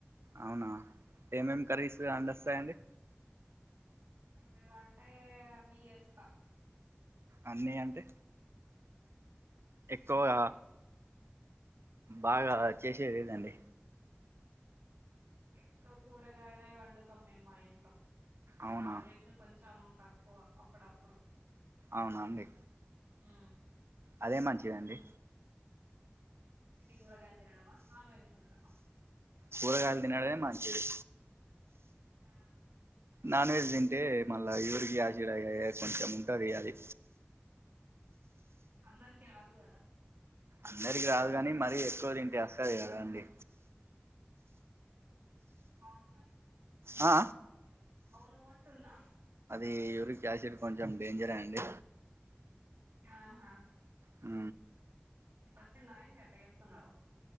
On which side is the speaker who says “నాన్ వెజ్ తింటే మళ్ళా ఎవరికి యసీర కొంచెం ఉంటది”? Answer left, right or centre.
Right